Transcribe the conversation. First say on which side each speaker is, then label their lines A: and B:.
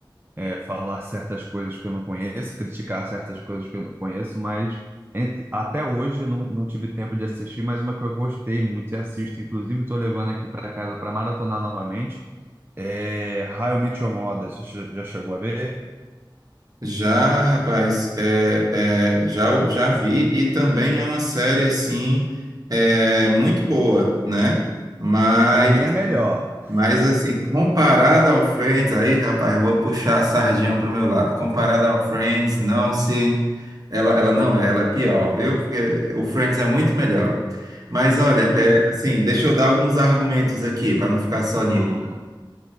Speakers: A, on the right (about 25°); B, on the right (about 45°).
A: é, falar certas coisas que eu não conheço, criticar certas coisas que eu não conheço, mas ent- até hoje eu não, não tive tempo de assistir, mas uma que eu gostei muito e assisto, inclusive estou levando aqui para casa para maratonar novamente. É How I Met Your Mother, você che- já chegou a ver?
B: Já, rapaz, é, é, já, já vi e também é uma série assim é, muito boa, né? Mas,
A: Para mim é melhor.
B: mas assim, comparada ao Friends, aí, rapaz, eu vou puxar a sardinha pro meu lado. Comparada ao Friends, não se, ela, ela não é, ela é pior, viu? Porque o Friends é muito melhor. Mas olha,
A: Tu
B: é, assim, deixa eu dar alguns argumentos aqui para não ficar só
A: Hum,
B: nisso.